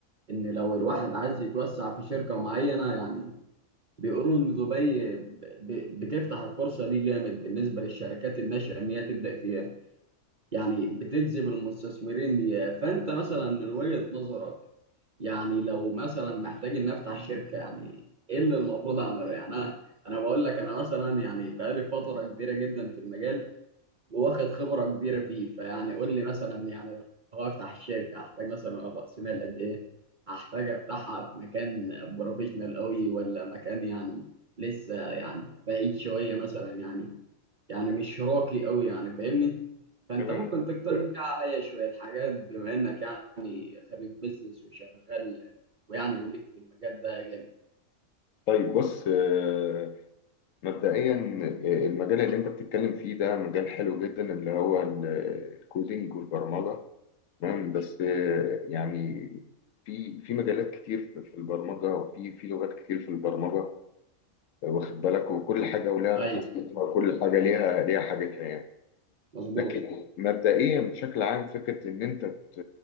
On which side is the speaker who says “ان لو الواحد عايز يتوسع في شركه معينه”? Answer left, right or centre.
Right